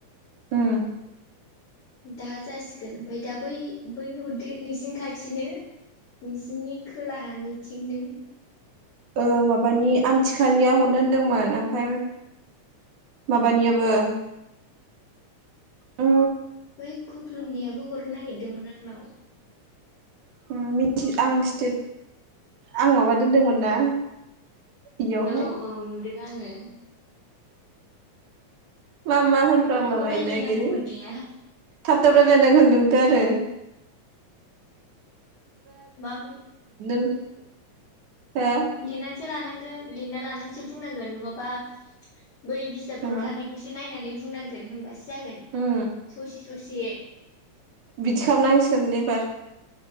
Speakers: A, on the right; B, on the left.
A: ओ
B: दा जासिगोन ओमफ्राय दा बै बैनो हरदो नोंसिनि खाथिनो नोंसिनि खोलाहानिथिंनो।
A: ओ माबानि आमथिखानिया हरनो होनदोंमोन ओमफ्राय माबानियाबो उ
B: बै खुख्लुंनियाबो हरनो नागिरदोंमोन आंनाव।
A: ओ आं स्टेट आं माबा दोनदोंमोन ना? बेयावहाय
B: औ औ नुदो। आङो
A: मा मा होनफांला
B: थख' थख'
A: बायनो
B: रायलायनांगौ
A: नागिरो।
B: होननाया
A: थाब थाब रायलाय नांगोन। औ थ' आरो
B: मा
A: <unintelligible> हो
B: लिरनानै सो एसे लानांगोन लिरना लानानैसो बुंनांगोन नङाबा बै बिजाबफ्राव
A: नङा
B: थानायखौसो नायनानै बुंनांगोन बुंनांगोन होनोमबासो जागोन
A: उम
B: ससे ससे
A: बिदि खालामनांसिगोन एबार